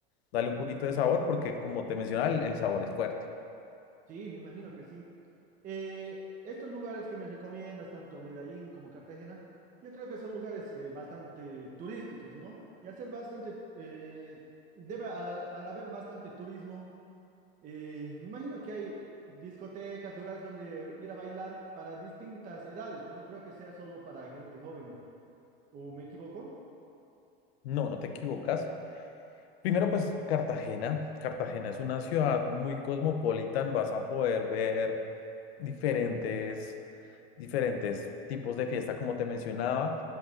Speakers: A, on the left; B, on the right.
A: Dale un poquito de sabor porque, como te mencionaba, el, el sabor es fuerte.
B: Sí, me imagino que sí. Eh, estos lugares que me recomiendas, tanto Medellín como Cartagena, yo creo que son lugares eh, bastante turísticos, ¿no? Y al ser bastante, eh, debe, al, al haber bastante turismo, Eh, me imagino que hay discotecas, lugares donde ir a bailar para distintas edades. No creo que sea solo para gente joven. ¿O me equivoco?
A: No, no te equivocas. Primero, pues Cartagena. Cartagena es una ciudad muy cosmopolita. Vas a poder ver diferentes, diferentes tipos de fiesta, como te mencionaba.